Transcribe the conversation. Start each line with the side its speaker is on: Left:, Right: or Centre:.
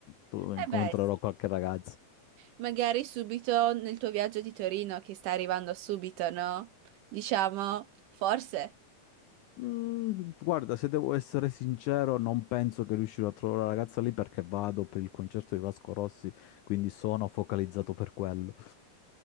Left: tu- incontrerò
Right: Eh beh, sì.
Left: qualche ragazzo.
Right: Magari subito nel tuo viaggio di Torino che sta arrivando subito, no? Diciamo, forse.
Left: Mm, guarda, se devo essere sincero, non penso che riuscirò a trovare la ragazza lì perché vado per il concerto di Vasco Rossi, quindi sono focalizzato per quello.